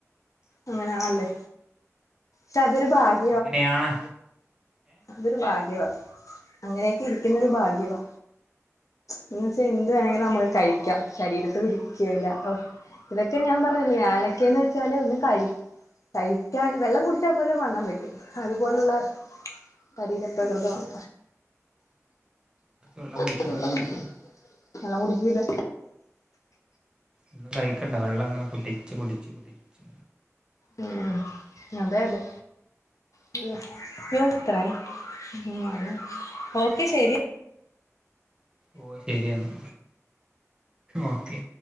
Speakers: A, on the left (about 80°); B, on the right (about 15°).
A: അങ്ങനാണല്ലേ ഷ് അതൊരു ഭാഗ്
B: അങ്ങനെയാണ്
A: അതൊരു ഭാഗ്യവാ. അങ്ങനെക്കെ ഇരിക്കുന്നൊരു ഭാഗ്യവാ എന്ന് വെച്ചാ എന്ത്‌ വേണങ്കിലും നമ്മൾ കഴിക്കാം ശരീരത്ത് പിടിക്കൂല ഓഹ് ഇതൊക്കെ ഞാൻ പർഞ്ഞില്ലേ ഞാന ഒക്കെന്ന് വെച്ചാല് ഒന്ന് കഴി കഴിക്കാൻ വെള്ളം കുടിച്ചാപോലും വണ്ണം വെക്കും അതുപോലുള്ള ശരീര പ്രകൃതാണ്.
B: വെള്ളംകുടി
A: <unintelligible> വെള്ളം കുടിക്കൂല
B: ന്നും കയ്ക്കണ്ട വെള്ളംങ്ങനെ കുടിച്ച് കുടിച്ച് കുടിച്ച്
A: അഹ് അതെയതെ <unintelligible> ഓക്കെ ശരി
B: ഓ ശരിയെന്നാ ഓക്കെ